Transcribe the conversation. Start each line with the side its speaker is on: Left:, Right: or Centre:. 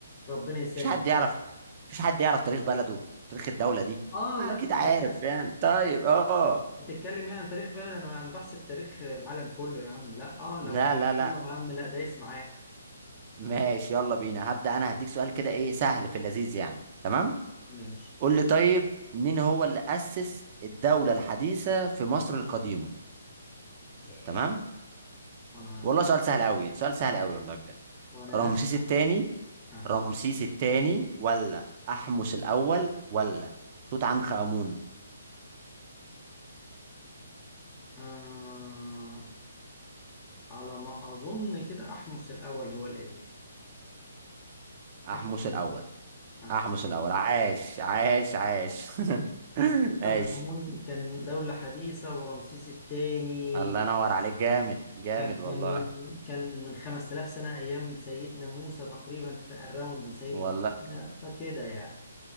Left: ربنا يسهل
Right: مش حد يعرف مش حد يعرف تاريخ بلده تاريخ الدوله دي
Left: اه
Right: آه،
Left: لا
Right: اكيد
Left: انت بتتكلم
Right: عارف يعني طيب اه
Left: بتتكلم يعني عن تاريخ بلد انا انا بحسب تاريخ العالم كله يا عم لا اه لو
Right: لا
Left: مصر
Right: لا لا
Left: يلا يا عم لا دايس معاك
Right: ماشي يلا بينا هبدا انا هديك سؤال كده ايه سهل في اللذيذ يعني تمام
Left: ماشي
Right: قول لي طيب مين هو اللي اسس الدوله الحديثه في مصر القديمه
Left: ياه
Right: تمام
Left: وانا
Right: والله سؤال سهل قوي سؤال سهل قوي والله بجد
Left: وانا
Right: رمسيس
Left: هرجع
Right: الثاني
Left: اها
Right: رمسيس الثاني ولا أحمس الأول ولا توت عنخ آمون
Left: آه على ما اظن كده احمس الاول هو القديم
Right: أحمس
Left: احمس
Right: الأول
Left: اه
Right: أحمس الأول عاش عاش عاش <laughs>
Left: اصل توت
Right: عاش
Left: عنخ آمون كان دولة حديثة ورمسيس الثاني
Right: الله ينور عليك جامد جامد
Left: كان
Right: والله
Left: كان كان من 5000 سنة أيام سيدنا موسى تقريبا في الراوند سيدنا
Right: والله
Left: موسى فكده يعني